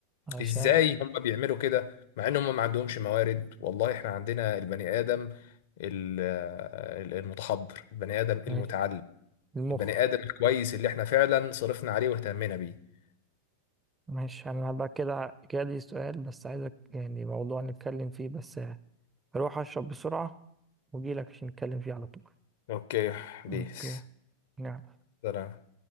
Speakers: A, on the right; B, on the left.
A: عشان
B: إزاي هم بيعملوا كده مع إن هم ما عندهمش موارد والله إحنا عندنا البني آدم ال- آه، المتحضر البني آدم المتعلم
A: ماشي. المخ
B: البني آدم الكويس اللي إحنا فعلا صرفنا عليه واهتمينا بيه
A: ماشي انا بقى كده كده دي سؤال بس عايزك يعني موضوع نتكلم فيه بس هروح اشرب بسرعة واجيلك عشان نتكلم فيه على طول
B: اوكي يا بيس
A: اوكي نعم
B: سلام